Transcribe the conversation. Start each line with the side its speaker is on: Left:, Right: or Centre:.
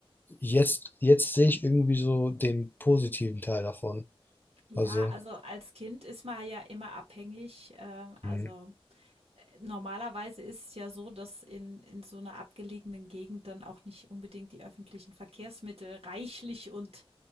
Left: jetzt, jetzt sehe ich irgendwie so den positiven Teil davon.
Right: Ja,
Left: Also.
Right: also als Kind ist man ja immer abhängig. Ähm, also,
Left: Mhm.
Right: äh, normalerweise ist es ja so, dass in in so einer abgelegenen Gegend dann auch nicht unbedingt die öffentlichen Verkehrsmittel reichlich und